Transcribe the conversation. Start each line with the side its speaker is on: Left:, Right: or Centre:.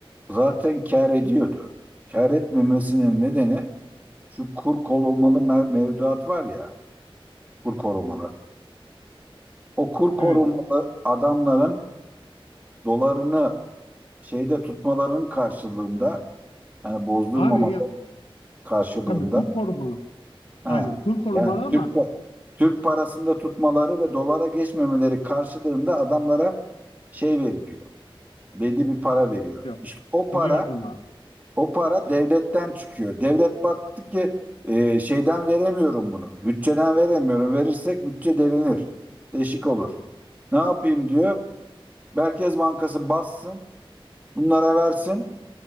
Right: zaten kâr ediyordu. Kâr etmemesinin nedeni şu kur korumalı mev- mevduat var ya, kur korumalı. O kur korumalı
Left: Evet.
Right: adamların dolarını şeyde tutmaların karşılığında yani bozdurmamaları
Left: Abi ya
Right: karşılığında
Left: tabii kur korumalı.
Right: ha
Left: Aynen kur korumalı
Right: yani
Left: ama
Right: Türk pa- Türk parasında tutmaları ve dolara geçmemeleri karşılığında adamlara şey veriliyor. Belli bir para veriyor.
Left: biliyorum,
Right: İşte o para
Left: biliyorum abi
Right: O para devletten çıkıyor. Devlet baktı ki e, şeyden veremiyorum bunu. Bütçeden veremiyorum. Verirsek bütçe delinir. Deşik olur. Ne yapayım diyor. Merkez Bankası bassın. Bunlara versin.